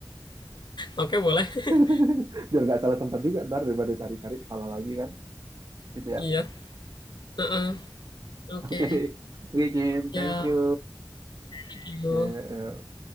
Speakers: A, on the left; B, on the right.
A: Oke, boleh. <laughs>
B: <laughs> biar nggak salah tempat juga ntar daripada cari-cari salah lagi kan gitu ya
A: Iya. Heeh. Oke.
B: <laughs> oke oke Kin
A: Ya.
B: thank you
A: Thank you.
B: oke eh,